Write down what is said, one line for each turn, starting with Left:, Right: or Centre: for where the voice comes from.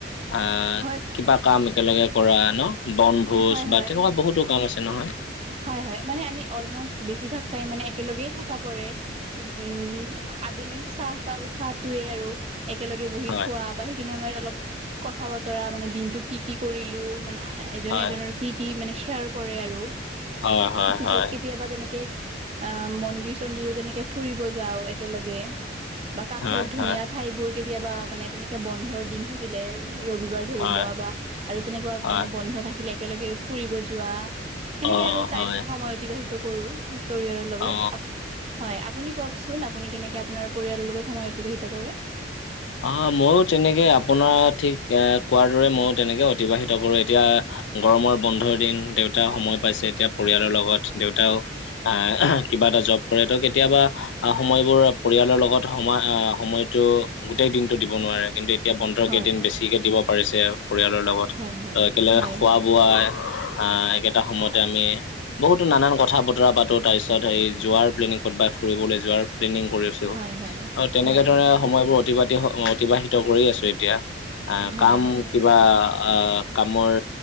Left: আ
Right: হয়,
Left: কিবা কাম একেলগে কৰা ন বন্ধ ভোজ
Right: হয়, হয়।
Left: বা তেনেকুৱা বহুতো কাম আছে নহয়।
Right: হয়, হয়, মানে আমি অলমষ্ট বেছিভাগ টাইম মানে একেলগ থাকা পৰে। উম, আবেলিৰ চাহ কাপ চাহটোৱে আৰু একেলগে বহি
Left: হয়
Right: খোৱা। সেইখিনি সময়ত অলপ কথা বতৰা মানে দিনটো কি, কি কৰিলো মানে এজনে
Left: হয়
Right: এজনৰ কি, কি মানে শ্বেয়াৰ কৰে আৰু
Left: হয় হয়
Right: পিছত
Left: হয়
Right: কেতিয়াবা তেনেকে অ', মন্দিৰ চন্দিৰো তেনেকে ফুৰিব যাওঁ একেলগে। বা কাষৰ
Left: হয়
Right: ধুনীয়া
Left: হয়
Right: ঠাইবোৰ কেতিয়াবা মানে তেনেকে বন্ধৰ দিন থাকিলে ৰবিবাৰ ধৰি
Left: হয়
Right: লোৱা বা আৰু তেনেকুৱা
Left: হয়
Right: মানে বন্ধ থাকিলে একেলগে ফুৰিব যোৱা। সেনেকে
Left: অ
Right: আৰু তাই
Left: হয়
Right: সময় অতিবাহিত কৰো পৰিয়ালৰ লগত
Left: অ
Right: হয়, আপুনি কওঁক চোন আপুনি কেনেকৈ আপোনাৰ পৰিয়ালৰ লগত সময় অতিবাহিত কৰে?
Left: অ', ময়ো তেনেকে আপোনাৰ ঠিক কোৱাৰ দৰে ময়ো তেনেকে অতিবাহিত কৰো এতিয়া গৰমৰ বন্ধৰ দিন দেউতা সময় পাইছে এতিয়া পৰিয়ালৰ লগত দেউতাও আহ কিবা এটা জব কৰে তো কেতিয়াবা? আহ সময়বোৰ পৰিয়ালৰ লগত সময় আহ সময়তটো গোটেই দিনটো দিব নোৱাৰে কিন্তু। এতিয়া বন্ধৰ
Right: হয়
Left: কেইদিন বেছিকে দিব পাৰিছে পৰিয়ালৰ লগত।
Right: হয় হয়
Left: ত একেলগে
Right: হয়
Left: খোৱা
Right: সেইটো
Left: বোৱাই আহ একেটা সময়তে আমি। বহুতো নানান কথা বতৰা পাতো তাৰ পিছত সেই যোৱাৰ প্লেনিং ক'তবাই ফুৰিবলৈ যোৱাৰ প্লেনিং কৰিলোঁ। কৰিছো
Right: হয় হয়
Left: তেনেকে
Right: হয়
Left: ধৰা সময়বোৰ অতিবা অতিবাহিত কৰি আছো এতিয়া আহ
Right: হয়
Left: কাম
Right: হয় হয়
Left: কিবা কামৰ